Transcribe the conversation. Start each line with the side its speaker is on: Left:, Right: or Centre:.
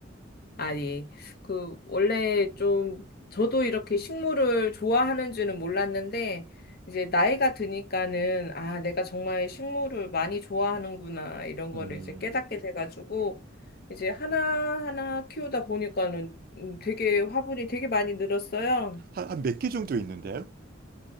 Left: 아니, 그, 원래 좀, 저도 이렇게 식물을 좋아하는 줄은 몰랐는데, 이제 나이가 드니까는, 아, 내가 정말 식물을 많이 좋아하는구나, 이런
Right: 음,
Left: 거를 이제 깨닫게 돼가지고, 이제 하나하나 키우다 보니까는 음, 되게 화분이 되게 많이 늘었어요.
Right: 한, 한 몇 개 정도 있는데요?